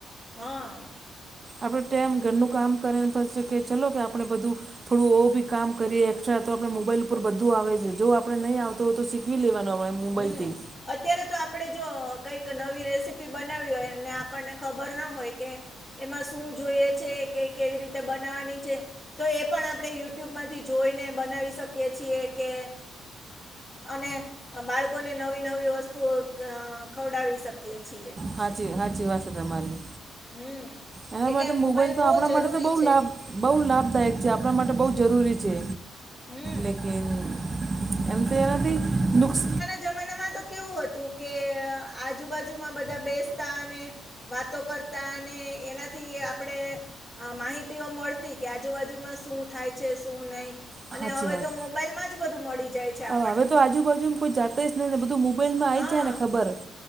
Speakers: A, on the left; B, on the right.
A: હા
B: આપડુ ટાઈમ ઘરનું કામ કરીને થશ છે કે ચલો કે આપણે બધું થોડું ઓ બી કામ કરીએ એક્સ્ટ્રા તો આપડે મોબાઈલ ઉપર બધું આવે છે જો આપણે નહીં આવતો હોય તો શીખવી લેવાનું આપણે એમ મુંબલથી
A: હમ અત્યારે તો આપડે જો કઈક નવી રેસીપી બનાવી હોય ને આપણને ખબર ના હોય કે એમાં શું જોઈએ છે કે કેવી રીતે બનાવાની છે તો એ પણ આપડે યુટ્યુબમાંથી જોઈને બનાવી શકીએ છીએ કે અને બાળકોને નવી નવી વસ્તુઓ ખવડાવી શકીએ છીએ
B: હાચી હાચી વાત છે તમારી
A: હમ
B: એના
A: એટલે
B: માટે મોબાઈલ તો
A: બહુ
B: આપણા
A: જરૂરી
B: માટે તો બહુ
A: છે
B: લાભ બહુ લાભદાયક છે આપણા માટે બહુ જરૂરી છે
A: હમ
B: લેકિન એમ તો એનાથી નુકસ
A: જમાના માં તો કેવું હતું કે આજુબાજુમાં બધા બેસતા અને વાતો કરતા અને એનાથી આપડે આ માહિતીઓ મળતી કે આજુબાજુમાં શું થાય છે શું નહી
B: સાચી
A: અને હવે
B: વાત
A: તો મોબાઈલમાં જ બધું મળી જાય છે આપ
B: હવે તો આજુબાજુમ કોઈ જાતે જ નહી ને બધું મોબાઈલમાં આઈ
A: હા
B: જાયને ખબર હ.